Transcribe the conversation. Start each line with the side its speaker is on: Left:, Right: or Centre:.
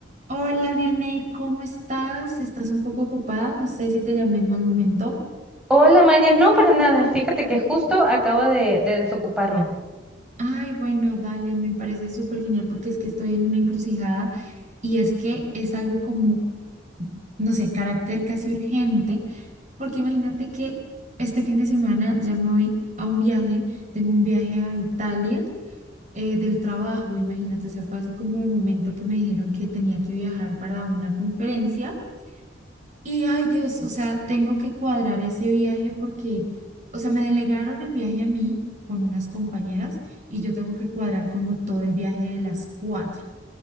Right: Hola, Vianey, ¿cómo estás? ¿Estás un poco ocupada? No sé si te llamé en mal momento.
Centre: Hola Maya, no para nada. Fíjate que justo acabo de, de desocuparme.
Right: Ay, bueno, dale, me parece súper genial porque es que estoy en una encrucijada y es que es algo como, no sé, carácter casi urgente, porque imagínate que este fin de semana ya me voy a un viaje, tengo un viaje a Italia eh, del trabajo, imagínate, o sea, fue así como el momento que me dijeron que tenía que viajar para una conferencia. Y ay Dios, o sea, tengo que cuadrar ese viaje porque, o sea, me delegaron el viaje a mí con unas compañeras y yo tengo que cuadrar como todo el viaje de las cuatro.